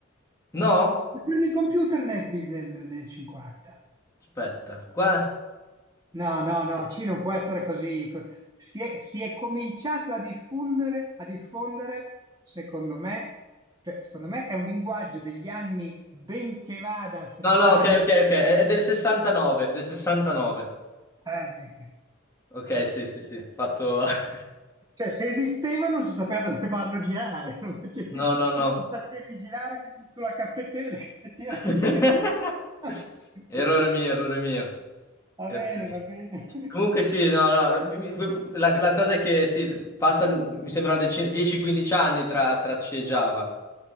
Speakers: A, on the left (about 15°); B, on the right (about 20°).
A: No?
B: prendi il computer nel, P- nel- nel 50.
A: Aspetta, qua...
B: No, no, no, C non può essere così. Co- Si è, si è cominciato a diffondere, a diffondere, secondo me, cioè, secondo me è un linguaggio degli anni, benché vada a 70.
A: No, no, ok, ok, ok, è, è del 69, del 69.
B: eh, eh, eh,
A: Ok, sì, sì, sì, fatto... <laughs>
B: Cioè, se esisteva non si sapeva dove farlo girare, <laughs> lo facevi,
A: No, no, no.
B: lo facevi girare sulla caffettiera, la caffettiera
A: <laughs>
B: di- <laughs>
A: Errore mio, errore mio.
B: Va
A: Errore
B: bene,
A: mio.
B: va bene.
A: Comunque sì, no, no, mi- mi- la, la cosa è che sì, passa, mi sembra, 10-15 anni tra, tra C e Java.